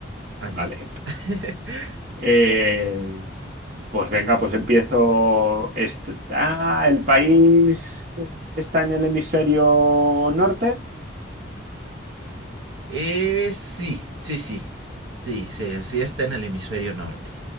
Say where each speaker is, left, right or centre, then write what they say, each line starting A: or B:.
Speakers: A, on the right; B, on the right.
A: Así
B: Vale.
A: es. <laughs>
B: Eh, pues venga, pues empiezo. Est- ah, el país está en el hemisferio norte.
A: Eh, sí, sí, sí. Sí, sí, sí está en el hemisferio norte.